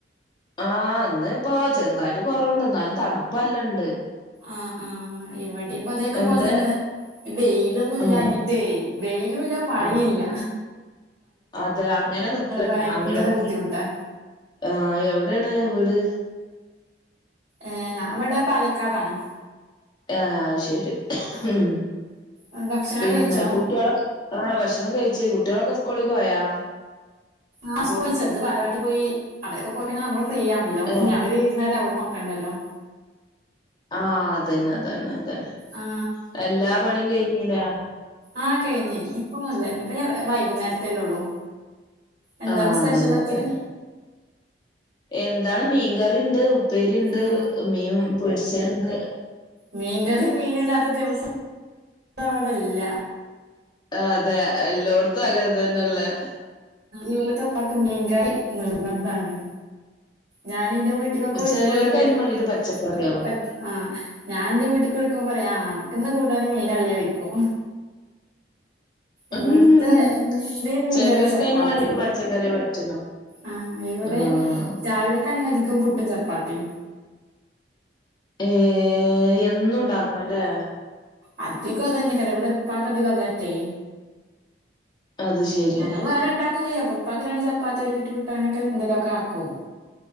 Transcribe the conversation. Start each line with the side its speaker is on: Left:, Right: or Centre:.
Left: ആഹ് ഇന്ന് ഇപ്പോ ചെറുതായിട്ട് കൊറവ്ണ്ട്. എന്നാലും തണുപ്പല്ല ണ്ട്.
Right: ആഹ് ആ ഇവടി ഇപ്പ അതെ യൊക്കെ
Left: എന്താ
Right: പോൽ തന്നെ വെയിലൊന്നും ഇല്ലാഞ്ഞിട്ടേ
Left: ഉം
Right: വെയ് ലു ഇല്ല മഴീല്ല.
Left: ആഹ് അതെ അങ്ങനെ നിക്കാണ്
Right: ഭയങ്കര
Left: അങ്ങനെ നിക്കാ.
Right: ബുദ്ധിമുട്ടാ
Left: ആഹ് എവിടെണ് വീട്?
Right: ഏഹ് ഞാൻ വടെ പാലക്കാടാണ്.
Left: ആഹ് ശരി
Right: ആ
Left: ഉം.
Right: ആ. ഭക്ഷണമൊക്കെ
Left: പിന്നെ
Right: കഴിച്ചോ
Left: കുട്ടികളൊ ആ ഭക്ഷണം കഴിച്ച്. കുട്ടിയേളൊക്കെ സ്കൂളിക്കോയോ?
Right: ആഹ് പോയി ചെറ്ത് ബാലവാടീ പോയി അവരൊക്കെ പോയിട്കയ്ഞാ നമ്മള് ഫ്രീ ആണല്ലോ
Left: ഏഹ്
Right: ഇനി അവര് വരുന്നവരെ അവട് നോക്കണ്ടല്ലോ
Left: ആഹ് അതന്നെ അതന്നെ അതന്നെ
Right: ആ
Left: എല്ലാ പണിയും കഴിഞ്ഞിലേ?
Right: ആഹ് കഴിഞ്ഞേ. ഇഞ്ഞിപ്പോന്നൂല്ല. ഇനിയിപ്പ വൈകുന്നേരത്തല്ലേ ഉള്ളൂ. എന്താണ്
Left: ആഹ്
Right: സ്പെഷ്യലൊക്കെ
Left: അതന്നെ അതന്നെ. എന്താണ് മീൻകറിയുണ്ട്, ഉപ്പേരി ണ്ട്,
Right: ആ
Left: മീൻ പൊരിച്ച ണ്ട്.
Right: മീൻ കറി മീനില്ലാത്ത ദിവസം ന്നും ഇവടല്ല.
Left: ആഹ് അതെ എല്ലോട്ത്തും അങ്ങനെ തന്നല്ലേ.
Right: ഇവട്ത്ത പ്പാക്ക്‌ മീങ്കറി നിർബന്ധാണ്. ഞാൻ ഇന്റെ വീട്ടിക്കൊക്കെ വിളിക്കുമ്പോ
Left: ചെലോർക്ക്
Right: അവര് പറിം
Left: അതിന് വേണ്ടിട്ട് പച്ചക്കറിയാവും
Right: പറ്റ് ആഹ് ഞാൻ ഇന്റെ വീട്ടിക്ക് വിളിക്കുമ്പോ പറയാ അണക്ക്ന്ന് കൂ ട്ടാന് മീനല്ലേ യ്ക്കും.
Left: ഉം
Right: ഇവിടുത്തെ മുഖ്യം മീൻ
Left: ചെലോർക്ക്
Right: കറി ചപ്പാത്തി
Left: അതിന് വേണ്ടിട്ട് പച്ചക്കറിയെ പറ്റുള്ളൂ
Right: ആ ഇവിടെ
Left: ആഹ്
Right: രാവിലൊക്കെ ആണെങ്കിൽ അധികം പുട്ടും ചപ്പാത്തി
Left: ഏ എന്നും ഉണ്ടാക്കണം ല്ലേ.
Right: അധികം അതന്നെക്കാരം ഇവടെ ഇപ്പാക് അധികം അതാഷ്ടേ.
Left: അത് ശരി
Right: ഞങ്ങള് വേറെ ഇണ്ടാക്കും ചെയ്യും അപ്പൊ ഉപ്പാക് രണ്ട് ചപ്പാത്തി ഒരു കുറ്റി പുട്ട് അങ്ങനൊക്കെ എന്തലൊക്കെ ആക്കും